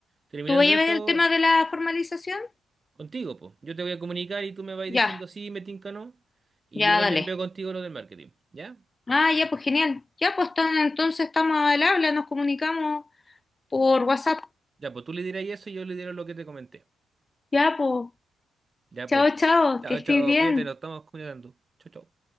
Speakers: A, on the right (about 30°); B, on the left (about 30°).
A: Terminando
B: ¿Tú vas a
A: eso,
B: ver el tema de la formalización?
A: contigo, pues. Yo te voy a comunicar y tú me vas
B: Ya,
A: diciendo sí, me tinca no. Y
B: ya,
A: yo también
B: dale.
A: veo contigo lo del marketing, ¿ya?
B: Ah, ya, pues genial. Ya, pues tan- entonces estamos al habla, nos comunicamos por WhatsApp.
A: Ya, pues tú le dirás eso y yo le diré lo que te comenté.
B: Ya, pues,
A: Ya,
B: chao,
A: pues.
B: chao,
A: Chao,
B: que estéis
A: chao.
B: bien.
A: Cuídate, nos estamos cuidando. Chao, chao.